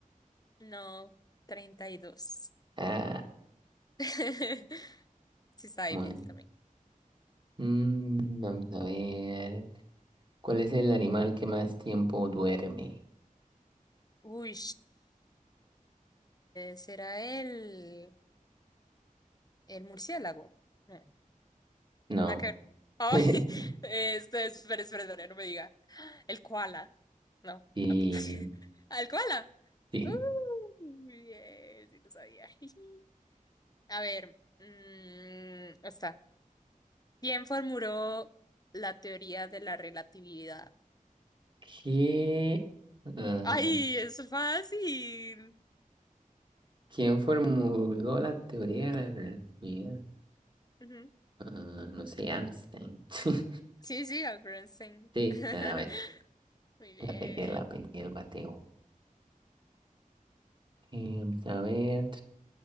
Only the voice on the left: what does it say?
No, 32.
<laughs> Sí, está difícil
también.
Uy, ¿será el, el murciélago? No,
nada que ver. Ay,
<laughs> este, espera, espera, espera, no me diga. El koala. No,
tampoco. <laughs> ¿Al koala?
Uh, bien, sí lo sabía. <laughs> A ver, mm, está. ¿Quién formuló la teoría de la relatividad?
¡Ay, es fácil!
Ujú.
Sí, sí, Albert Einstein.
<laughs>
Muy bien.